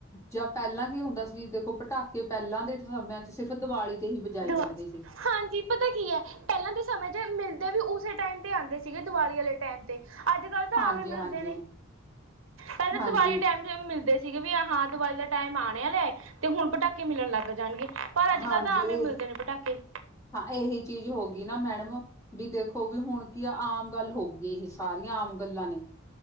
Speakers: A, on the left (about 15°); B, on the right (about 85°).
A: ਜਾਂ ਪਹਿਲਾਂ ਕੀ ਹੁੰਦਾ ਸੀ ਦੇਖੋ ਪਟਾਕੇ ਪਹਿਲਾਂ ਦੇ ਸਮਿਆਂ ਚ ਸਿਰਫ ਦੀਵਾਲੀ ਤੇ ਹੀ ਬਜਾਏ
B: ਦੁਆ
A: ਜਾਂਦੇ ਸੀ।
B: ਹਾਂਜੀ। ਪਤਾ ਕੀ ਹੈ। ਪਹਿਲਾਂ ਦੇ ਸਮੇਂ ਮਿਲਦੇ ਵੀ ਉਸੇ ਟਾਈਮ ਤੇ ਆਉਂਦੇ ਸੀਗੇ ਦੀਵਾਲੀ ਵਾਲੇ ਟਾਈਮ ਤੇ। ਅੱਜ ਕੱਲ ਤਾਂ
A: ਹਾਂਜੀ
B: ਆਵੇਂ ਮਿਲਦੇ
A: ਹਾਂਜੀ
B: ਨੇ। ਪਹਿਲਾਂ
A: ਹਾਂਜੀ
B: ਦੀਵਾਲੀ ਅਲੈ ਟਾਈਮ ਚ ਮਿਲਦੇ ਸੀ। ਸੀਗੇ ਵੀ ਆ ਹਾਂ ਦੀਵਾਲੀ ਦਾ ਟਾਈਮ ਆਣ ਵਾਲਾ ਹੈ। ਤੇ ਹੁਣ ਪਟਾਕੇ ਮਿਲਣ ਲੱਗ ਜਾਣਗੇ। ਪਰ ਅੱਜ
A: ਹਾਂਜੀ।
B: ਕੱਲ੍ਹ ਤਾਂ ਆਵੇਂ
A: ਇਹ
B: ਮਿਲਦੇ ਪਟਾਕੇ।
A: ਹਾਂ। ਇਹੀ ਚੀਜ਼ ਹੋ ਗਈ ਨਾ ਮੈਡਮ। ਵੀ ਦੇਖੋ ਵੀ ਹੁਣ ਕੀ ਆ ਆਮ ਗੱਲ ਹੋ ਗਈ। ਇਹ ਸਾਰੀਆਂ ਆਮ ਗੱਲਾਂ ਨੇ।